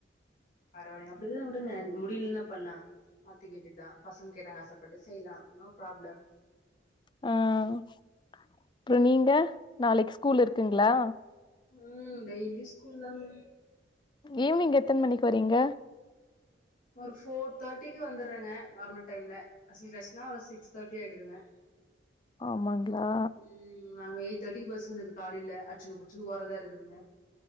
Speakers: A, on the left (about 45°); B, on the left (about 25°).
A: பரவாலைங்க அப்டிதா விடுங்கன் முடில்னாப் பண்லா பாத்திக வெக்கித்தா பசங்க கேட்டாங்க ஆசப்பட்டு செய்லா நோ ப்ராப்ளம்
B: அ அப்றோ நீங்க நாளைக்கு ஸ்கூல் இருக்குங்ளா
A: ம் டெய்லி ஸ்கூல்தாங்க
B: ஈவினிங் எத்தன் மணிக்கி வரீங்க
A: ஒரு ஃபோர் தேர்ட்டிக்கு வந்துர்றேங்க நார்மல் டைம்ல அசல் கிளாஸ்னா ஒரு சிக்ஸ் தேர்ட்டி ஆயிடுதுங்க
B: ஆமாங்ளா
A: ம் நாங்க எயிட் தேர்ட்டிக்கு பஸ் வந்துது காலைல அட்ச்சுக புட்ச்சுக ஓர்றதா இருகுதுங்க